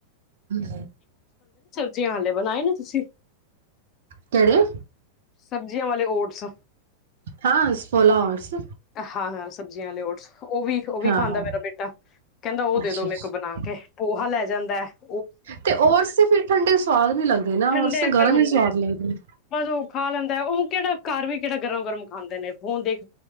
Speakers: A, on the right; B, on the left.
A: ਹਮ
B: ਜੀ ਹ ਬਣਾਏ ਨੇ ਤੁਸੀਂ
A: ਕਿਹੜੇ
B: ਸਬਜ਼ੀਆਂ ਵਾਲੇ ਓਟਸ
A: ਹਾਂ ਸ ਫੋਲਵਰਸ
B: ਹਾਂ ਹਾਂ ਸਬਜ਼ੀਆਂ ਵਾਲੇ ਓਟਸ ਉਹ ਵੀ ਉਹ ਵੀ
A: ਹਾਂ
B: ਖਾਂਦਾ
A: ਹਾਂ
B: ਮੇਰਾ ਬੇਟਾ ਕਹਿੰਦਾ ਉਹ ਦੇ
A: ਅੱਛਾ
B: ਦੋ ਮੇ
A: ਅੱਛਾ
B: ਕੋ ਬਣਾ ਕੇ ਪੋਹਾ ਲੈ ਜਾਂਦਾ ਵਾਹ
A: ਤੇ ਔਰਸ ਫਿਰ ਠੰਡੇ ਸਵਾਦ ਨੀ ਲੱਗਦੇ ਨਾ
B: ਠੰਡੇ
A: ਔਰਸ ਤੇ
B: ਫਿਰ
A: ਗਰਮ
B: ਹੁਣ
A: ਹੀ ਸਵਾਦ ਲੱਗਦੇ
B: ਬਸ ਉਹ ਖਾ ਲੈਂਦਾ ਉਹ ਕਿਹੜਾ ਘਰ ਵੀ ਕਿਹੜਾ ਗਰਮ ਗਰਮ ਖਾਂਦੇ ਨੇ ਫੋਨ ਦੇਖ